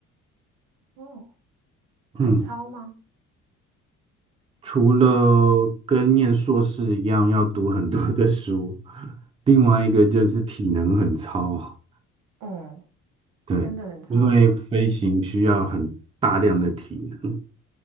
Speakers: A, on the right (about 80°); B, on the right (about 20°).
A: 哦，很超吗？
B: 嗯，除了跟念硕士一样要读很多的书，另外一个就是体能很超。
A: 嗯，
B: 对，
A: 真的很超。
B: 因为飞行需要很大量的体能。